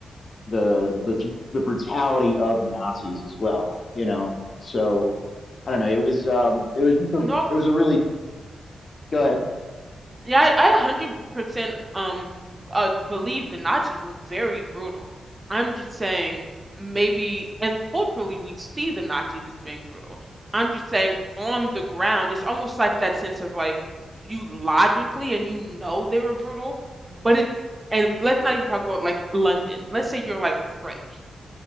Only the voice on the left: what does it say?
the the the brutality of the Nazis as well, you know. So I don't know. It was um it was just a,
it was a really go ahead.